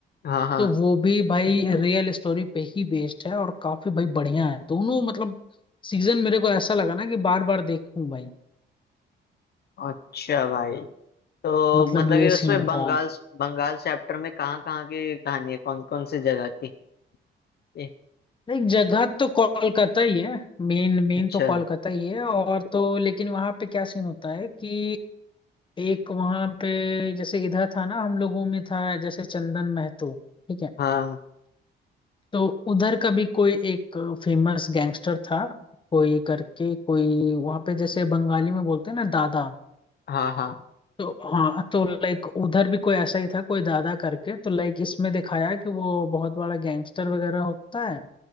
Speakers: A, on the left; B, on the left.
A: हाँ हाँ
B: तो वो भी भाई रियल स्टोरी पे ही बेस्ड है और काफी भाई बढ़िया है दोनों मतलब सीजन मेरे को ऐसा लगा ना कि बार बार देखूं भाई
A: अच्छा भाई तो
B: मतलब
A: मतलब
B: ये
A: ये
B: सीन
A: उसमें बंगाल
B: था
A: बंगाल चैप्टर में कहाँ कहाँ की कहानी है कौन कौन सी जगह की ए,
B: लाइक जगह तो कोलकाता ही है मेन मेन
A: अच्छा
B: तो कोलकाता ही है और तो लेकिन वहां पे क्या सीन होता है कि एक वहां पे जैसे इधर था ना हम लोगों में था जैसे चंदन महतो ठीक है
A: हाँ
B: तो उधर का भी कोई एक फेमस गैंगस्टर था कोई करके कोई वहां पे जैसे बंगाली में बोलते हैं ना दादा
A: हाँ हाँ
B: तो हाँ तो लाइक उधर भी कोई ऐसा ही था कोई दादा करके तो लाइक इसमें दिखाया है कि वो बहुत बड़ा गैंगस्टर वगैरह होता है